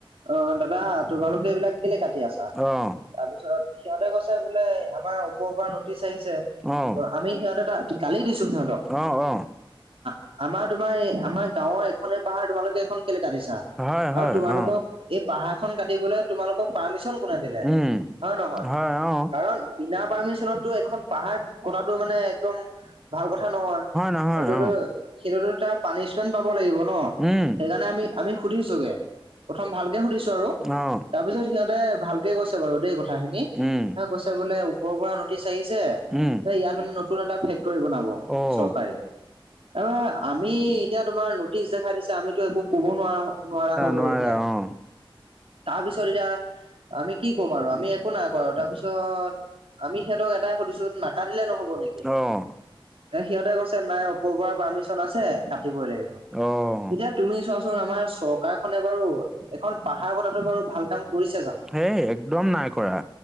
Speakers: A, on the right (about 80°); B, in the centre.
A: অ, দাদা তোমালোকে এইবিলাক কেলে কাটি আছ।
B: অ'।
A: তাৰপিছত সিহঁতে কৈছে বোলে আমাৰ ওপৰৰ পৰা নটিচ আহিছে।
B: অ'।
A: আমি সিহঁতে এ, তটা গালি দিছো সিহঁতক
B: অ', অ',
A: হ আমাৰ তোমাৰ এই আমাৰ গাঁওৰ এখনে পাহাৰ তোমালোকে এখন কেলে কাটিছা
B: হয়, হয়,
A: আৰু তোমালোকক
B: অ',
A: এই পাহাৰ খন কাটিবলৈ তোমালোকক পাৰ্মিশন কোনে দিলে
B: উম,
A: হয়, নহয়।
B: হয়, অ',
A: কাৰণ বিনা পাৰ্মিশনত এইটো এখন পাহাৰ কটাটো মানে একদম ভাল কথা নহয়
B: নহয়,
A: এইটোতো
B: অ',
A: সেইতো তাৰ পানিচমেন্ট পাব লাগিব ন
B: উম,
A: সেইকাৰণে আমি আমি সুধিছোগে। প্ৰথম ভালকে সুধিছো আৰু
B: অ',
A: তাৰ পিছত সিহঁতে ভালকে কৈছে বাৰু দেই কথাখিনি।
B: উম।
A: কৈছে বোলে ওপৰৰ পৰা নটিচ আহিছে।
B: উম।
A: ইয়াত মানে নতুন এটা ফেক্টৰী বনাব
B: অ'
A: চৰকাৰী এব আমি এতিয়া তোমাৰ নটিচ দেখাই দিছে আমিতো একো ক'ব নোৱাৰা। নোৱাৰা হৈ গলো
B: নোৱাৰা
A: এতিয়া।
B: অ'
A: তাৰপিছত এতিয়া আমি কি কম আৰু আমি একো নাই কৰা তাৰপিছত আমি সিহঁত এট সধছো নাক দিলে নহব নেকি।
B: অ'।
A: সিহঁতে কৈছে নাই ওপৰ পৰা পাৰ্মিশন আছে কাটিবই লাগিব।
B: অ'।
A: এয়া তুমি চোৱাচোন আমাৰ চৰকাৰখনে বাৰু এখন পাহাৰ কথাতো বাৰু ভাল কাম কৰিছে জানো।
B: হেই একদম নাই কৰা।